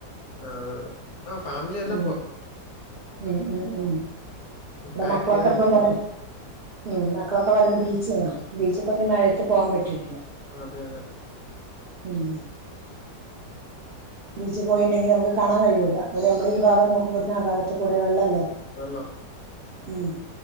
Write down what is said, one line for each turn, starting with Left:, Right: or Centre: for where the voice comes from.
Left: ആ ആ ഫാമിലിെല്ലാം
Right: ഉം
Left: പോ
Right: ഉം ഉം ഉ ഇവിടെ
Left: പാക്കേജ്
Right: മക്കളൊക്കെ എപ്പഴുംപറയും
Left: എടുത്ത് പോണം
Right: ഉം മക്കളൊക്കെ പറയൽ ബീച്ചിലെ ബീച്ചിൽക്കൊന്നും മഴ എത്ത് പോവാ ൻ പറ്റൂില്ലല്ലോ
Left: അതെ അതെ
Right: ഉം ബീച്ച പോയിുണ്ടെങ്കി നമുക്ക് കാണാൻ കഴിയൂല്ല നമ്മള്ഈ ഭാഗം നോക്കുപ്പോത്ആ ഭാത്ത് ആ ഭാഗത്ത് കൂടെ വെള്ളല്ലേ
Left: വെള്ളാം
Right: ഉം